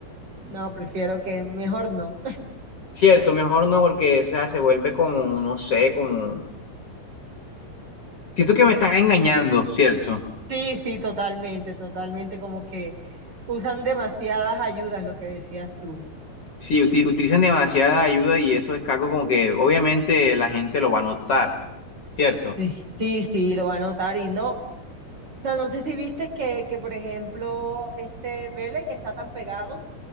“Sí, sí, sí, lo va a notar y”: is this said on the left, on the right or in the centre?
Right